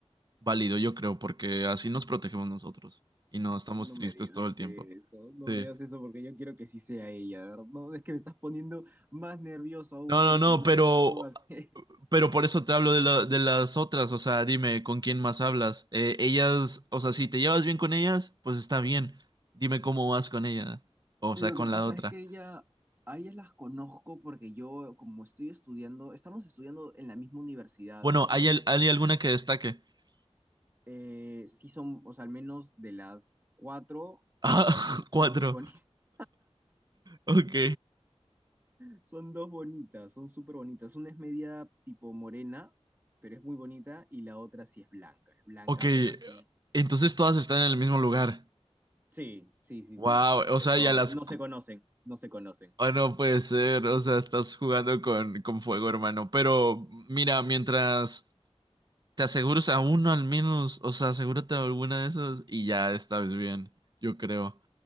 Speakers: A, on the right; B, on the right.
A: válido, yo creo, porque así nos protegemos nosotros y no estamos
B: no
A: tristes
B: me digas
A: todo el tiempo.
B: eso, no
A: Sí.
B: me digas eso porque yo quiero que sí sea ella, ¿verdad? No, es que me estás poniendo más nervioso aún
A: No, no,
B: porque
A: no,
B: no
A: pero,
B: sé cómo hacer. <laughs>
A: pero por eso te hablo de la- de las otras, o sea, dime, ¿con quién más hablas? Eh, ellas, o sea, si te llevas bien con ellas, pues está bien. Dime cómo vas con ella, o
B: Lo
A: sea, con
B: que pasa
A: la otra.
B: es que ella, a ellas las conozco porque yo, como estoy estudiando, estamos estudiando en la misma universidad
A: Bueno,
B: con
A: ¿hay,
B: ella.
A: al- hay alguna que destaque? <laughs>
B: Eh, sí son, o sea, al menos de las cuatro,
A: Ah,
B: dos
A: cuatro,
B: son muy bonitas. <laughs>
A: ok,
B: Son dos bonitas, son súper bonitas. Una es media tipo morena, pero es muy bonita, y la otra sí es blanca. Es blanca,
A: ok,
B: pero así.
A: entonces todas están en el mismo lugar.
B: Sí, sí, sí,
A: Wow,
B: sí.
A: o
B: Pero
A: sea, ya las...
B: no
A: cu-
B: se conocen, no se conocen.
A: ah, no puede ser, o sea, estás jugando con, con fuego, hermano. Pero mira, mientras... Te aseguras a uno al menos, o sea, asegúrate de alguna de esas y ya estás bien, yo creo.